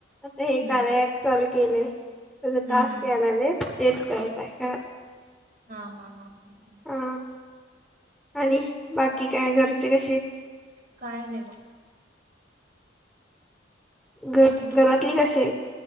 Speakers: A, in the centre; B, on the right (about 50°).
A: हे
B: हम्म
A: कार्य अँप चालू केलेय, त्याचं
B: हम्म
A: टास्क
B: हम्म.
A: यायला आलेत तेच करत आहे. घ
B: हा हा हा हा हा.
A: हा, आणि बाकी काय घरचे कसे?
B: काय नाही बघ.
A: घर,
B: हा
A: घरातली कशी आहे?